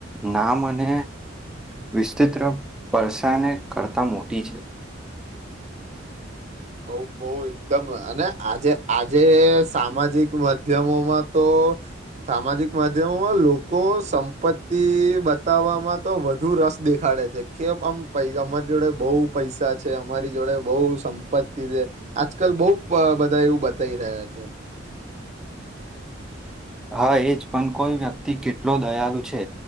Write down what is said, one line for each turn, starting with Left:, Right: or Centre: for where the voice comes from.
Centre: નામ અને વિસ્તિત્ર પરસાને કરતા મોટી છે.
Right: બઉ બઉ એકદમ અને આજે આજે સામાજિક માધ્યમોમાં તો સામાજિક માધ્યમોમાં લોકો સંપત્તિ બતાવવામાં તો વધુ રસ દેખાડે છે. કે આમ પૈસા અમારી જોડે બઉ પૈસા છે, અમારી જોડે બઉ સમ- પત્તિ છે જે આજકાલ બઉ બધા એવું બતાવી રહ્યા છે.
Centre: હા એજ પણ કોઈ વ્યક્તિ કેટલો દયાલુ છે